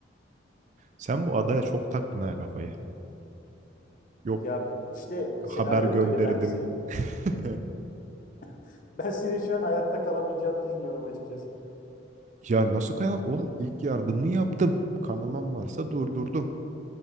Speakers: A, on the right (about 40°); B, on the left (about 45°).
A: Sen bu adaya çok taktın ha kafayı. Yok
B: Ya işte senaryo
A: haber gönderdim.
B: böyle. Ben senin
A: <laughs>
B: <laughs> ben senin şu an hayatta kalamayacağını düşünüyorum açıkçası.
A: Ya nasıl kaya? Oğlum ilk yardımımı yaptım. Kanamam varsa durdurdum.